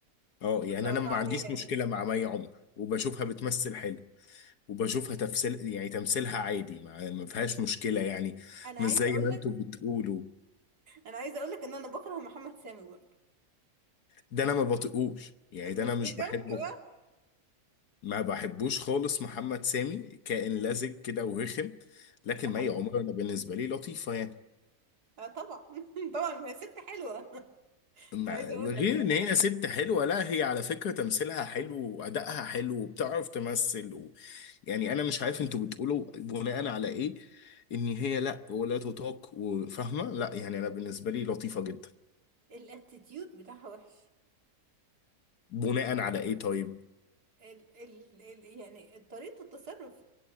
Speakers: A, on the left; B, on the right.
A: اه
B: ما
A: يعني
B: شاء
A: انا
B: الله
A: ما
B: عليها
A: عنديش
B: يعني
A: مشكله مع مي عمر وبشوفها بتمثل حلو وبشوفها تمثيل يعني تمثيلها عادي ما, ما فيهاش مشكله يعني
B: أنا
A: مش
B: عايزة
A: زي
B: أقول
A: ما
B: لك
A: انتوا بتقولوا
B: أنا عايزة أقول لك إن أنا بكره محمد سامي برضو
A: ده انا ما بطيقوش يعني
B: بس
A: ده انا مش
B: إيه شفت
A: بحبه
B: بقى
A: ما بحبوش خالص محمد سامي كائن لزج كده ورخم لكن
B: ده حقيقي
A: مي عمر انا بالنسبه لي لطيفه يعني
B: أه طبعا <laughs> طبعا ما هي ست حلوة <laughs>
A: مع-
B: مش عايزة
A: غير
B: أقول لك يعني
A: ان هي ست حلوه لا هي على فكره تمثيلها حلو وادائها حلو وبتعرف تمثل و... يعني انا مش عارف انتوا بتقولوا بناء على ايه ان هي لا ولا تطاق وفاهمه لا يعني انا بالنسبه لي لطيفه جدا
B: الاتيتيود بتاعها وحش
A: بناء على ايه طيب
B: ال ال ال يعني طريقة التصرف